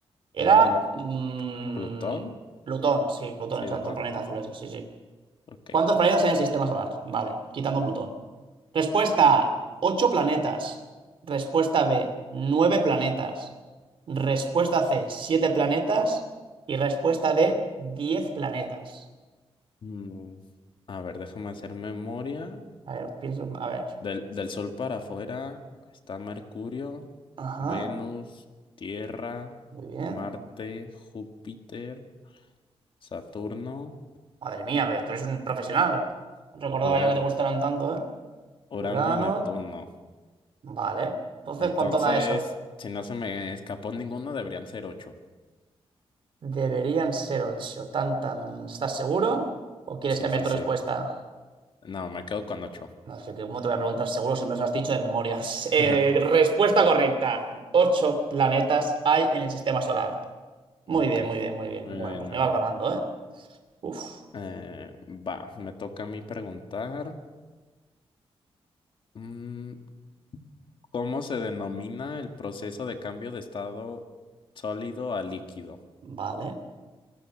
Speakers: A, on the right; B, on the left.
A: era
B: era
A: mm,
B: Plutón,
A: Plutón, sí, Plutón,
B: sí,
A: exacto,
B: ¿verdad?
A: el planeta azul ese, sí, sí.
B: Ok.
A: ¿Cuántos planetas hay en el sistema solar? Vale, quitando Plutón. Respuesta A, 8 planetas. Respuesta B, 9 planetas. Respuesta C, 7 planetas. Y respuesta D, 10 planetas.
B: Mm, A ver, déjame hacer memoria.
A: A ver, pienso, a ver.
B: Del, del Sol para afuera está Mercurio,
A: Ajá,
B: Venus, Tierra,
A: muy bien.
B: Marte, Júpiter. Saturno,
A: Madre mía, pero tú eres un profesional. No recordaba
B: Ura-
A: yo que te gustaran tanto, ¿eh?
B: Urano
A: Urano,
B: y Neptuno.
A: vale. Entonces,
B: Entonces,
A: ¿cuánto da eso?
B: si no se me escapó ninguno, deberían ser ocho.
A: Deberían ser ocho. Tan, tan. ¿Estás seguro? ¿O quieres
B: Sí,
A: cambiar
B: sí,
A: tu
B: sí.
A: respuesta?
B: No, me quedo con ocho.
A: No, es que ¿cómo te voy a preguntar seguro si me lo has dicho de memoria? <laughs>
B: <laughs>
A: Eh, respuesta correcta. Ocho planetas hay en el sistema solar. Muy
B: Ok.
A: bien, muy bien, muy bien.
B: Muy
A: Bueno,
B: bien,
A: pues
B: muy
A: me vas
B: bien.
A: ganando, ¿eh? Uf.
B: Eh, va, me toca a mí preguntar. mm, ¿cómo se denomina el proceso de cambio de estado sólido a líquido?
A: Vale.